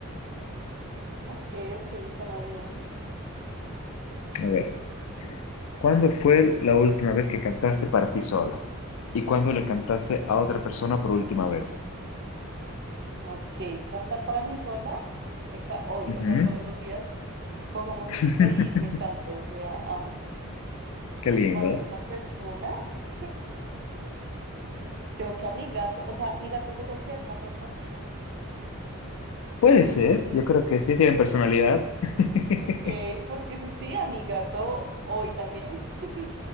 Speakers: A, on the right; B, on the left.
A: Ok, ok, suena bien.
B: A ver, ¿cuándo fue la última vez que cantaste para ti sola? ¿Y cuándo le cantaste a otra persona por última vez?
A: Ok, cantar para mí sola eh, ca- hoy,
B: Ujú.
A: o sea, todos los días pongo musiquita
B: <laughs>
A: y me canto, o sea, amo.
B: Qué
A: Y
B: lindo.
A: para otra persona, <laughs> creo que a mi gato, o sea, mi gato se considera una persona.
B: Puede
A: <laughs>
B: ser, yo creo que sí tienen personalidad. <laughs>
A: Ok, porque si sí, a mi gato hoy también. <laughs>